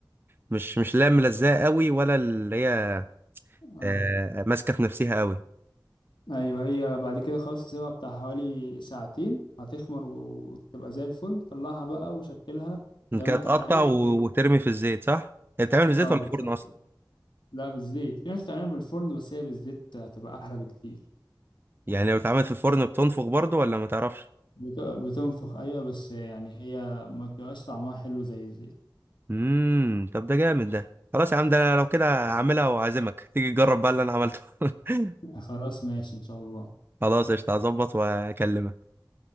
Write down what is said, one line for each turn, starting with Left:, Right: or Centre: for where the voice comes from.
Right: مش مش لا ملزقه قوي ولا اللي هي
Left: اه
Right: آه، ماسكه في نفسها قوي
Left: ايوه هي بعد كده خلاص تسيبها بتاع حوالي ساعتين هتخمر وتبقى زي الفل طلعها بقى وشكلها
Right: انت
Left: زي ما
Right: هتقطع
Left: انت عايز
Right: و-
Left: هتظبط
Right: وترمي
Left: يعني.
Right: في الزيت صح هي بتتعمل في الزيت
Left: اه
Right: ولا
Left: بالظبط
Right: في الفرن اصلا
Left: لا بالزيت في ناس بتعملها بالفرن بس هي بالزيت هتبقى احلى بكتير
Right: يعني لو اتعملت في الفرن بتنفخ برضو ولا ما تعرفش
Left: بت- بتنفخ ايوه بس يعني هي ما بتبقاش طعمها حلو زي الزيت
Right: امم طب ده جامد ده خلاص يا عم ده انا لو كده هعملها واعزمك تيجي تجرب بقى اللي انا عملته <laughs>
Left: <laughs> خلاص ماشي ان شاء الله
Right: خلاص قشطه هظبط واكلمك